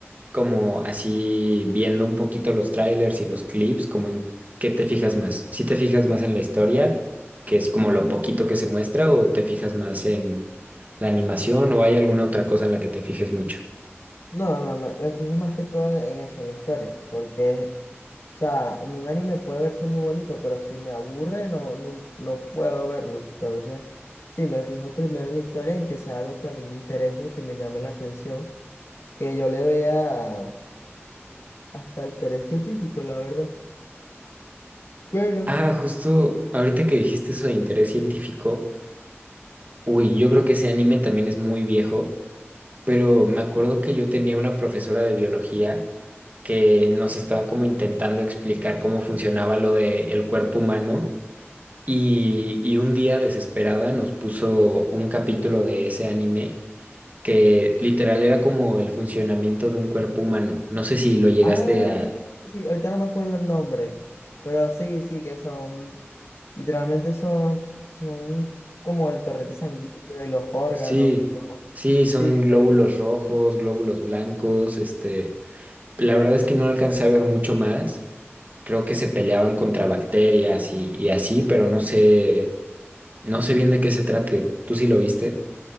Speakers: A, on the right; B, on the left.
A: como así viendo un poquito los trailers y los clips, como en qué te fijas más. ¿Si te fijas más en la historia, que es como lo poquito que se muestra, o te fijas más en la animación, o hay alguna otra cosa en la que te fijes mucho?
B: No, no, me, me fijo más que todo en eso, en la historia, porque O sea, a mí un anime puede verse muy bonito, pero si me aburre, no, no, no puedo verlo. Entonces, sí, me fijo primero en la historia, en que sea algo que a mí me interese, que me llame la atención, que yo le vea hasta interés científico, la verdad. Pero,
A: Ah, justo ahorita que dijiste eso de interés científico, uy, yo creo que ese anime también es muy viejo, pero me acuerdo que yo tenía una profesora de biología que nos estaba como intentando explicar cómo funcionaba lo del cuerpo humano y, y un día desesperada nos puso un capítulo de ese anime que literal era como el funcionamiento de un cuerpo humano. No sé si lo llegaste
B: ah,
A: a,
B: sí, sí, sí, ahorita no me acuerdo el nombre, pero sí, sí, que son, literalmente son, son como el torrente sanguíneo y los órganos
A: Sí,
B: y todo.
A: sí, son
B: Sí, sí,
A: glóbulos
B: sí.
A: rojos, glóbulos blancos, este, la verdad es que no alcancé a ver mucho más. Creo que se peleaban contra bacterias y, y así, pero no sé, no sé bien de qué se trate. ¿Tú sí lo viste?